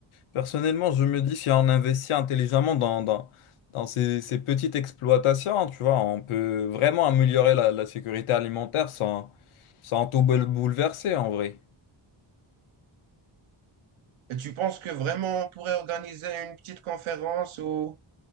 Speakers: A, on the left (about 85°); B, on the right (about 80°).
A: personnellement, je me dis si on investit intelligemment dans, dans, dans ces, ces petites exploitations, tu vois, on peut vraiment améliorer la, la sécurité alimentaire sans, sans tout boule- bouleverser en vrai.
B: Et tu penses que vraiment on pourrait organiser une petite conférence ou